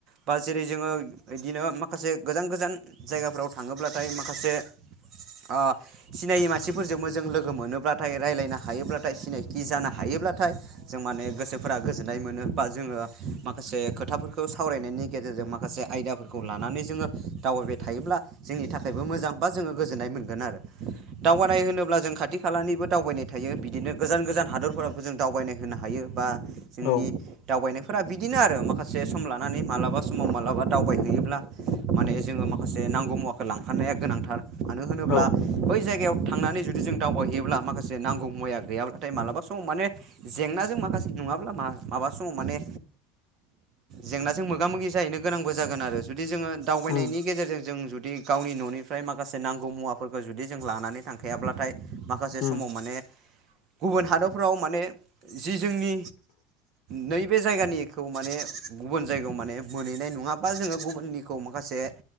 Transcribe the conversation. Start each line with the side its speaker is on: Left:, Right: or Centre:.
Right: बा जेरै जोंङो बिदिनो माखासे गोजान गोजान जायगाफोराव थाङोब्लाथाय माखासे ओ सिनायि मानसिफोरजोंबो जों लोगो मोनोब्लाथाय रायलायनो हायोब्लाथाय सिनायथि जानो हायोब्लाथाय जों माने गोसोफोरा गोजोन गोजोनाय मोनो बा जोंङो माखासे खोथाफोरखौ सावरायनायनि गेजेरजों माखासे आयदा खौ लानानै जोंङो दावबायबाय थायोब्ला जोंनि थाखायबो मोजां बा जोंङो गोजोननाय मोनगोन आरो। दावबायनाय होनोब्ला जों खाथि खालानिबो दावबायनाय थायो बिदिनो गोजान गोजान हादरफोराबो जों दावबायनाय होनो हायो बा जोंनि
Left: औ
Right: दावबायनायफोरा बिदिनो आरो माखासे सम लानानै मालाबा समाव मालाबा दावबायहैयोब्ला माने जोंङो माखासे नांगौ मुवाखौ लांफानाया गोनांथार। मानो होनोब्ला
Left: औ
Right: बै जायगायाव थांनानै जु दि जों दावबायहैयोब्ला माखासे नांगौ मुवाया गैयाब्लाथाय मालाबा समाव माने जेंनाजों माखासे नङाब्ला माबा समाव माने जेंनाजों मोगा मोगि जाहैनो गोनांबो जागोन आरो जुदि जोंङो दावबायनायनि
Left: उम
Right: गेजेरजों जों जुदि गावनि न'निफ्राय माखासे नांगौ मुवाफोरखौ जुदि जों लानानै थां खायाब्लाथाय माखासे
Left: उम
Right: समाव माने गुबुन हादरफ्राव माने जि जोंनि नैबे जायगानिखौ माने गुबुन जायगायाव माने मोनहैनाय नङाबा जोंङो गुबुननिखौ माखासे